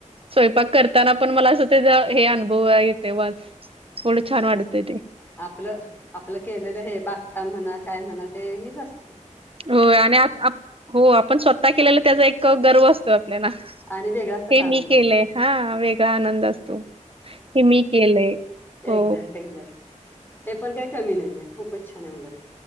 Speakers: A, on the right; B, on the left.
A: स्वयंपाक करताना पण मला आस त्याचा हे अनुभव येते वास, एवढं छान वाटतय
B: तेच
A: ते.
B: आपलं, आपलं केलेलं हे बागकाम म्हणा, काय म्हणा, ते हेच आसत.
A: होय आणि आ आप हो आपण स्वतः केलेला त्याचा एक गर्व असतो आपल्याला.
B: आणि वेगळाच त्याचा
A: हे
B: आनंद
A: मी केलंय,
B: असतो
A: हा वेगळा आनंद असतो हे मी केलंय. हो.
B: एक्झॅक्ट एक्झॅक्ट हे पण काही कमी नाहीये खूपच छान आहे उलट